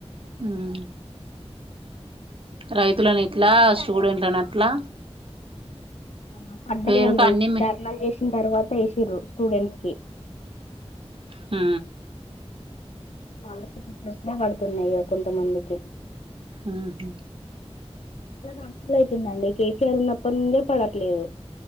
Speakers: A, on the right; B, on the left.
A: మ్మ్ రైతులన్ ఇట్లా స్టూడెంట్లన్ అట్లా
B: ఆ పడ్డాయండి
A: పేరుకు అన్ని మీ
B: ధర్నాలు చేషి దీన్ తర్వాత ఎష్ రు స్టూడెంట్స్కి
A: ఆ
B: స్కాలర్షిప్ ఇప్పుడ్ ఇప్పుడే పడుతున్నాయి కొంతమందికి
A: ఆహు
B: అస్ల్ అయితుందండి కేసీఆర్ ఉన్నప్పడనుండే పడట్లేదు